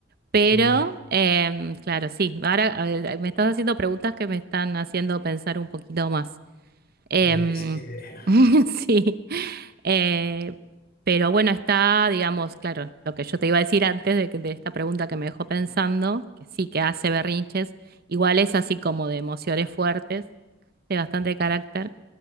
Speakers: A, on the right; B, on the left.
A: Pero,
B: Mm,
A: em, claro, sí, ahora a ver, me estás haciendo preguntas que me están haciendo pensar un poquito más. Em,
B: eh, esa es la idea.
A: <laughs> sí, eh, pero bueno, está, digamos, claro, lo que yo te iba a decir antes de, que- de esta pregunta que me dejó pensando, que sí, que hace berrinches, igual es así como de emociones fuertes, de bastante carácter.